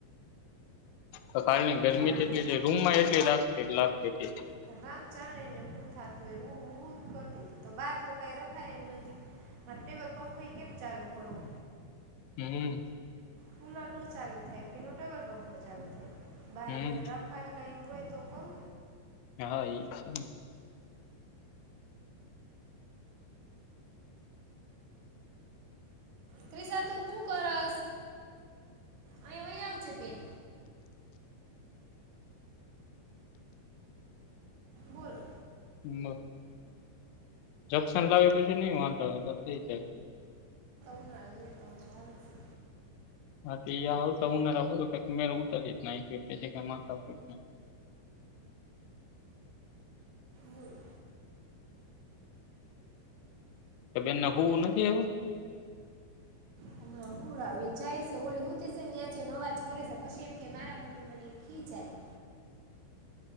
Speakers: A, on the left; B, on the right.
A: તો કાલની
B: હું
A: ગરમી
B: થાતું
A: એટલી રૂમમાં એટલી રાગતી લાગતી.
B: પણ રામ જાણે ને હું થાતું એહું હું જ કરતી તી. તો બહાર તો કઈ રખાય એમ નથી. મારે ટેવલ પંખો ઈ કેમ ચાલુ કરવો.
A: હમ્મ.
B: કુલર નો ચાલુ થાય કે નો ટેબલ પંખો ચાલુ થાય. બાર
A: હમ
B: રય રખાય. કઈ એવું હોય તો કરું.
A: હા એ છે ને.
B: ત્રિશા તું હું કરશ અહ્યા વહી આવજે બેન. બોલો
A: મગ જક્શન લાવી પછી નઈ વાંધો હોય તો થઈ જાય.
B: નાયલે તો ચાલશે.
A: હા તે એ આવતા ઉનારા હુધી કઈક મેર ઉતારી જ નાયએ પછી કઈ માથાકૂટ નઇ.
B: બોલો
A: એ બેનને હુવુ નથી અવે.
B: હમણ હુવડાવી જાય સ ઓલી હુતી સેને ન્યા જઈન અવાજ કરે સે પછી એમ કે મારા મમ્મી મને ખીજાય.